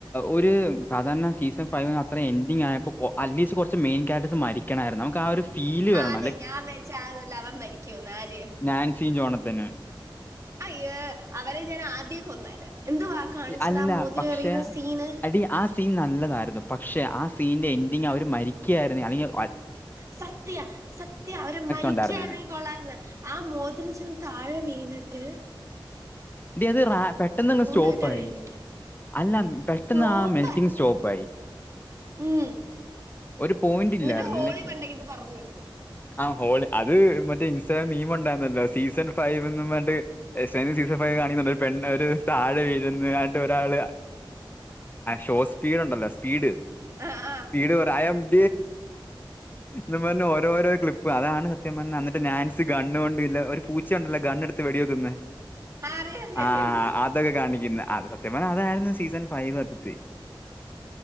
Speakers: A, on the left; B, on the right.
A: ഒരു സാധാരണ സീസൺ ഫൈവിന് അത്ര എൻഡി ങ്ങായപ്പോ അറ്റ്ലീസ്റ്റ് കുറച്ച് മെയിൻ കേരക്ടർസ് മരിക്കണായിരുന്നു നമുക്ക് ആ ഒരു ഫീല് വരണം
B: ആന്നേ
A: ലൈക്
B: ഞാൻ വചാരില്ല അവൻ മരിക്കൂന്ന് ആര്
A: നാൻസിയും ജോണത്തനും
B: അയ്യോ അവരെ ഞാൻ ആദ്യേ കൊന്നേനെ എന്തുവാ കാണിച്ചത്
A: അല്ല
B: ആ മോതിരം
A: പക്ഷെ
B: എറിയുന്ന സീന്
A: അടി ആ സീൻ നല്ലതായിരുന്നു പക്ഷെ ആ സീന്റെ എൻഡിംഗ് അവര് മരിക്കായിരുന്നു അല്ലെങ്കി
B: സത്യ സത്യ അവര് മരിക്കായിരുന്നെങ്കിൽ
A: ഉണ്ടായിരുന്നേനെ.
B: കൊള്ളാരുന്നു ആ മോതിരം ചെന്ന് താഴെ വീണിട്ട് റ്റ്
A: ടീ അത് റാ പെട്ടെന്നങ്ങ് സ്റ്റോപ്പായി
B: കേട്ട് അവര് എണീക്കും
A: അല്ല പെട്ടെന്ന്
B: ഫ്ലോപ്പായിരുന്നു
A: ആ മെൽറ്റിങ് സ്റ്റോപ്പായി
B: ഉം
A: ഒരു പോയിന്റ്
B: എന്നിട്ട്
A: ഇല്ലായിരുന്നല്ലേ
B: ഹോളി പണ്ടേക്ക് ഇത് പറഞ്ഞു വരുന്നു
A: ആ ഹോളി അത് മറ്റേ ഇൻസ്റ്റഗ്രാം മീമ് ഉണ്ടായിരുന്നല്ലോ സീസൺ ഫൈവ്ന്ന് പറഞ്ഞിട്ട് സീസ കാണിക്കുന്നുണ്ട് ഒരു പെണ്ണ് ഒരു താഴെ വീഴുന്ന് ആട്ട് ഒരാൾ ഷോസ്പീഡ്ണ്ടല്ലോ സീപീഡ്
B: ആ ആ
A: സ്പീഡ് പറയാ ഐആം <unintelligible> ന്നും പറഞ്ഞ് ഓരോരോ ക്ലിപ്പ് അതാണ് സത്യം പറഞ്ഞാ ന്നട്ട് നാൻസ് കണ്ണുകൊണ്ട് ഇല്ല ഒരു പൂച്ചയുണ്ടല്ലോ ഗണ്ണ് എടുത്ത് വെടി വെക്കുന്നേ
B: അറിയാം അറിയാം
A: ആ
B: അറിയാം
A: അതൊക്കെ കാണിക്കുന്നേ അത് സത്യം പറഞ്ഞാ അതായിരുന്നു സീസൺ ഫൈവ് സത്യത്തി